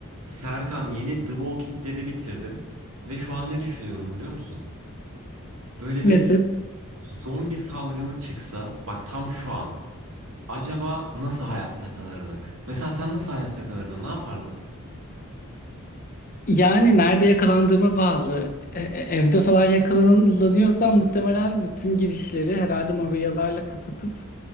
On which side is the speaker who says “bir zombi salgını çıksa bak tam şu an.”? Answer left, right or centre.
Right